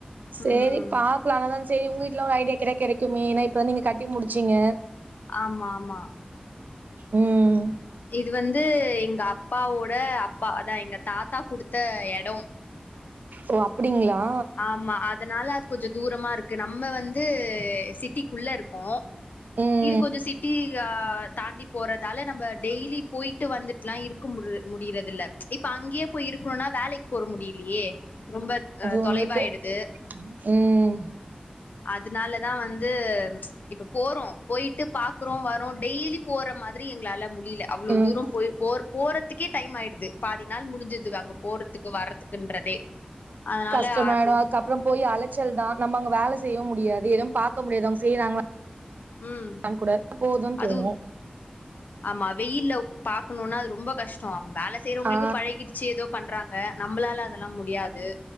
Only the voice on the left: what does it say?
ம்
ஆமா ஆமா
இது வந்து எங்க அப்பாவோட அப்பா அதா எங்க தாத்தா குடுத்த எடோ
ம்மா அதனால அ கொஞ்சோ தூரமா இருக்கு நம்ம வந்து சிட்டிக்குள்ள இருக்கோ
இது கொஞ்சோ சிட்டி யா தாண்டி போறதால நம்ம டெய்லி போயிட்டு வந்துட்லா இருக் க முடிற முடியறதில் இப்ப அங்கயே போய் இருக்கணும்னா வேலைக்கு போற முடியிலியே ரொம்ப
தொலைவாயிடுது
அதனாலதா வந்து இப்ப போறோ போய்ட்டு பாக்குறோ வரோ டெய்லி போற மாரி எங்களால முடியில அவ்வளோ
தூரோ போய் போ போறதுக்கே டைம் ஆயிடுது பாதி நாள் முடிஞ்சுதுவே அங்க போறதுக்கு வர்துக்குன்றதே அதனால
அது
ம்
அதுவும்
ஆமா வெய்யில்ல பாக்குணுனா அது ரொம்ப கஷ் டோ அவுங்க வேல செய்றவங்களுக்கு
பழகிடுச்சு ஏதோ பண்றாங்க நம்பளால அதெல்லா முடியாது